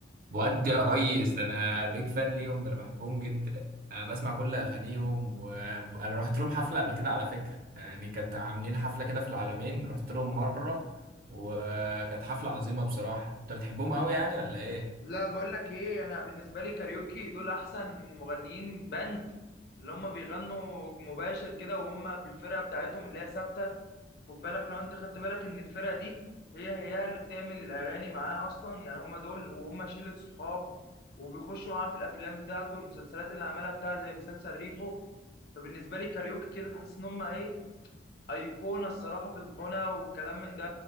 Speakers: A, on the right; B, on the left.
A: ودي يا ريس ده انا بيك فان ليهم ده انا بحبهم جدا أنا بسمع كل اغانيهم وانا رحت لهم حفله قبل كده على فكره يعني كانت عاملين حفله كده في العالمين رحت لهم مره وكانت حفله عظيمه بصراحه انت بتحبهم قوي يعني ولا ايه
B: لا بقول لك ايه انا بالنسبه لي كاريوكي دول احسن مغنيين باند اللي هم بيغنوا مباشر كده وهم بالفرقه بتاعتهم اللي هي ثابته خد بالك لو انت خدت بالك ان الفرقه دي هي هي اللي بتعمل الاغاني معاه اصلا يعني هم دول وهم شله صحاب وبيخشوا معاه في الافلام بتاعته والمسلسلات اللي عملها بتاعه زي مسلسل ريفو فبالنسبه لي كاريوكي كده تحس ان هم ايه ايقونه الصراحه في الغنى والكلام من ده